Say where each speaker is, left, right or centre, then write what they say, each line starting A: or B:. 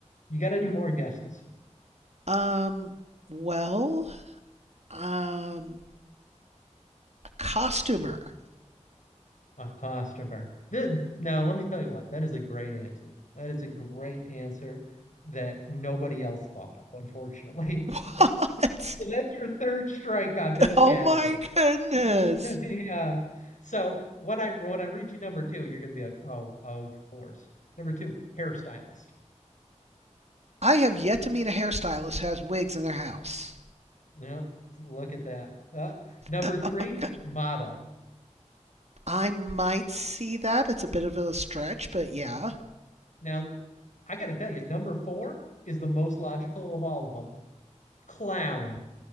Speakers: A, on the left; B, on the right.
A: You got any more guesses?
B: Um well, um, a costumer.
A: A customer. Th- Now, let me tell you what. That is a great answer. That is a great answer that nobody else thought of, unfortunately.
B: <laughs> What?
A: <laughs> So that's your third strike on this
B: Oh
A: category.
B: my
A: <laughs>
B: goodness.
A: Yeah. So when I when I read you number two, you're gonna be like, oh, of course. Number two, hairstylist.
B: I have yet to meet a hairstylist who has wigs in their house.
A: No, look at that. Uh, number
B: <laughs>
A: three,
B: Oh my god.
A: model.
B: I might see that. It's a bit of a stretch, but yeah.
A: Now, I got to tell you, number four is the most logical of all of them. Clown.